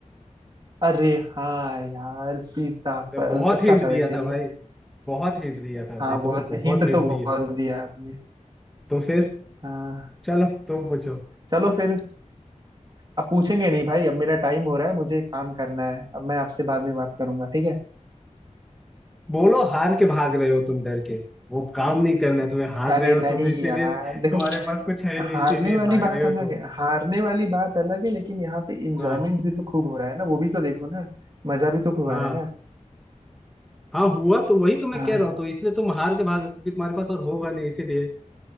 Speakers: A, on the right; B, in the centre.
A: अरे हाँ यार सीताफल
B: बहुत
A: अच्छा
B: हिंट
A: था
B: दिया
A: वैसे
B: था भाई
A: ये
B: बहुत हिंट दिया था
A: हाँ
B: भाई
A: बहुत
B: तुम्हें बहुत
A: हिंट
B: हिंट
A: तो
B: दिए
A: बहुत दिया आपने
B: तो फिर
A: हाँ
B: चलो तुम पूछो
A: चलो फिर अब पूछेंगे नहीं भाई अब मेरा टाइम हो रहा है मुझे काम करना है अब मैं आपसे बाद में बात करूंगा ठीक है
B: बोलो हार के भाग रहे हो तुम डर के वो काम नहीं करना है तुम्हें हार रहे
A: अरे
B: हो
A: नहीं
B: तुम इसीलिए
A: यार देखो
B: तुम्हारे पास कुछ है नहीं
A: हारने
B: इसीलिए
A: वाली
B: भाग
A: बात
B: रहे हो
A: अलग
B: तुम
A: है हारने वाली बात अलग है लेकिन यहाँ पे इंजॉयमेंट
B: हाँ
A: भी तो खूब हो रहा है ना वो भी तो देखो ना मजा भी तो खूब
B: हाँ
A: आ रहा है ना
B: हाँ हुआ तो वही तो मैं
A: हाँ
B: कह रहा हूँ तो इसलिए तुम हार के भाग रहे हो क्योंकि तुम्हारे पास और होगा नहीं इसीलिए